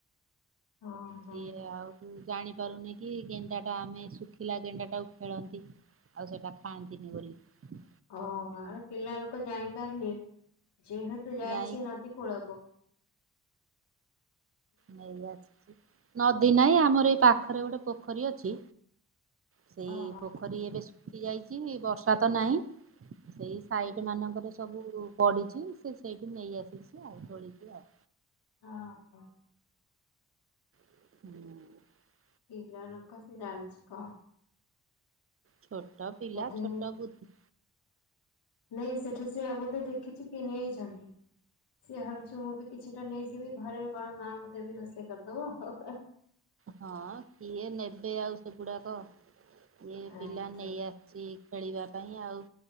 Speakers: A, on the left; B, on the right.
A: ଓହୋ
B: ସିଏ ଆଉ ଜାଣିପାରୁନି କି ଗେଣ୍ଡାଟା ଆମେ ଶୁଖିଲା ଗେଣ୍ଡା ଟାକୁ ଖେଳନ୍ତି। ଆଉ ସେଟା ଖାଆନ୍ତିନି ବୋଲି।
A: ଓ ହୋ ପିଲା ଲୋକ ଜାଣିପାରିନି ଯେହେତୁ ଯାଇଛି
B: ଯାଇ
A: ନଦୀ କୂଳକୁ
B: ନେଇ ଆସିଛି ନଦୀ ନାଇଁ ଆ ମୋର ଏଇ ପାଖରେ ଗୋଟେ ପୋଖରୀ ଅଛି ସେଇ
A: ଓହୋ
B: ପୋଖରୀ ଏବେ ସୁଖୀଯାଇଛି ବର୍ଷା ତ ନାହିଁ ସେଇ ସାଇଡ
A: ଆଜ୍ଞା
B: ମାନଙ୍କରେ ସବୁ ପଢିଛି ସେ ସେଇଠି ନେଇ ଆସିଛି ଆଉ ତୋଳିକି ଆଉ।
A: ହଁ ହୁଁ।
B: ଉଁ।
A: ପିଲା ଲୋକ ସେ ଜାଣିଛି କଣ?
B: ଛୋଟୋ ପିଲା
A: ବୋଧେ
B: ଛୋଟ ବୁଦ୍ଧି
A: ନାଇଁ ସେଠି ସିଏ ବୋଧେ ଦେଖିଛି କିଏ ନେଇଛନ୍ତି। ସିଏ ଭାବିଛିୁ ମୁଁ ବି କିଛିଟା ନେଇଯିବି ଘରେ କଣ ମାଆଙ୍କୁ ଦେବି ରୋଷେଇ କରିଦବ ହୋ ହୋ।
B: ହଁ କିଏ ନେବେେ ଆଉ ସେଗୁଡ଼ାକ ଇ ପିଲା
A: ଆଜ୍ଞା।
B: ନେଇ ଆସିଛି। ଖେଳିବା ପାଇଁ ଆଉ